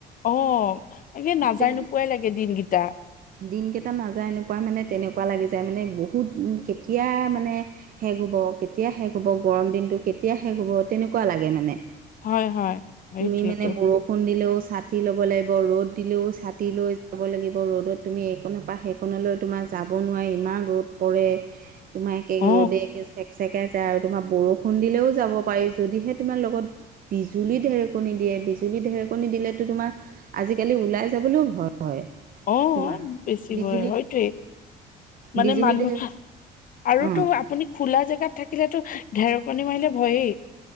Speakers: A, on the left; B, on the right.
A: অ একে নাজায়
B: তেনে
A: নোপোৱাই লাগে দিনকেইটা।
B: দিনকেইটা নাযায় এনেকুৱাই মানে তেনেকুৱা লাগি যায় মানে বহুত কেতিয়া মানে শেষ হ'ব। কেতিয়া শেষ হ'ব গৰম দিনটো কেতিয়া শেষ হ'ব তেনেকুৱা লাগে মানে।
A: হয় হয় সেইটোৱেইটো
B: তুমি মানে বৰষুণ দিলেও চাতি ল'ব লাগিব। ৰদ দিলেও ছাতি লৈ যাব লাগিব ৰ'দত তুমি এইকনৰ পৰা সেইকনলৈ তোমাৰ যাব নোৱাৰি ইমান ই ৰ'দ পৰে তোম
A: অ
B: ৰ'দে চেক চেকে যায় আৰু তোমাৰ বৰষুণ দিলেও যাব পাৰি যদিহে তোমাৰ লগত বিজুলী ঢেৰেকণী দিয়ে। বিজুলী ঢেৰেকনি দিলেতো তোমাৰ আজিকালি ওলাই যাবলৈও ভয়। হয়
A: অ
B: তোমাৰ
A: বেছি
B: বিজুলী
A: হযয় সেইতোৱেই মানে
B: বিজুলী
A: মানুহ
B: ঢেৰ
A: আৰুতো
B: অঁ
A: আপুনি খোলা জেগাত থাকিলেতো ঢেৰকনি মাৰিলে ভয়েই